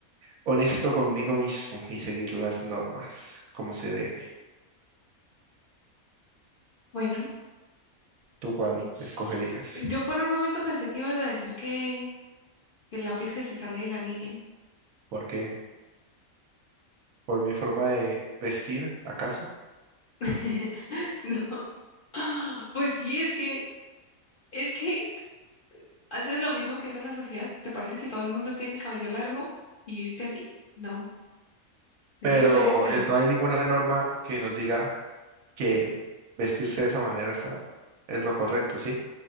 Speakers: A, on the right; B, on the left.
A: honesto conmigo mismo y seguir las normas como se debe.
B: Bueno,
A: ¿Tú cuál
B: s-
A: escogerías?
B: yo por un momento pensé que ibas a decir que, que el lápiz que se sale de la línea.
A: ¿Por qué? ¿Por mi forma de vestir, acaso?
B: <laughs> No. <gasps> Pues sí, es que es que haces lo mismo que hace la sociedad. ¿Te parece que todo el mundo tiene el cabello largo y viste así? No, es
A: Pero
B: diferente.
A: es- no hay ninguna norma que nos diga que vestirse de esa manera está, es lo correcto, ¿sí?